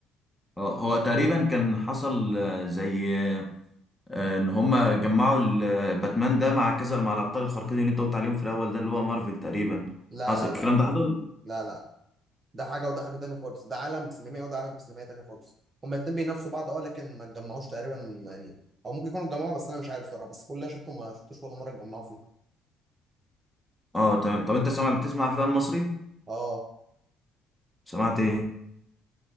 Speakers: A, in the centre; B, on the right.
A: آه، هو تقريبا كان حصل آه، زي آه، ان هما جمعوا ال- آه، باتمان ده مع كذا مع الابطال الخارقين اللي انت قلت عليهم في الاول ده اللي هو مارفل تقريبا
B: لا
A: حصل
B: لا
A: الكلام
B: لا
A: ده حصل
B: لا لا ده حاجة وده حاجة تانية خالص ده عالم سينمائي وده عالم سينمائي تاني خالص هما الاتنين بينافسوا بعض اه لكن ما اتجمعوش تقريبا يعني او ممكن يكونوا اتجمعوا بس انا مش عارف صراحة بس كل اللي أنا شفته ما شفتوش ولا مرة اتجمعوا فيه
A: اه تمام طب انت سمع بتسمع افلام مصري
B: اه
A: سمعت ايه